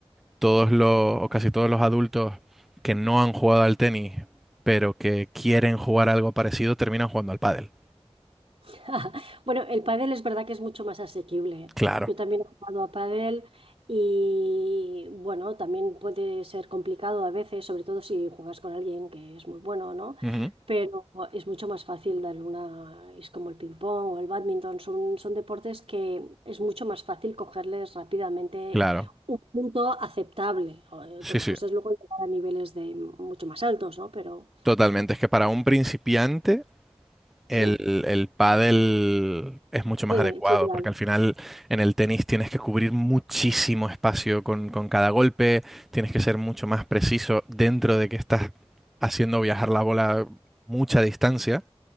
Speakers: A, in the centre; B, on the right.
A: todos los, o casi todos los adultos que no han jugado al tenis, pero que quieren jugar algo parecido, terminan jugando al pádel.
B: <laughs> Bueno, el pádel es verdad que es mucho más asequible. ¿eh?
A: Claro.
B: Yo también he jugado a pádel y bueno, también puede ser complicado a veces, sobre todo si juegas con alguien que es muy bueno, ¿no?
A: Ujú.
B: Pero es mucho más fácil darle una, es como el ping pong o el bádminton, son, son deportes que es mucho más fácil cogerles rápidamente
A: Claro.
B: un punto aceptable. O-
A: Sí,
B: Otra
A: sí.
B: cosa es luego llegar a niveles de mucho más altos, ¿no? Pero
A: Totalmente, es que para un principiante el,
B: sí,
A: el pádel es mucho más
B: sí,
A: adecuado,
B: es ideal.
A: porque al final en el tenis tienes que cubrir muchísimo espacio con, con cada golpe, tienes que ser mucho más preciso dentro de que estás haciendo viajar la bola mucha distancia.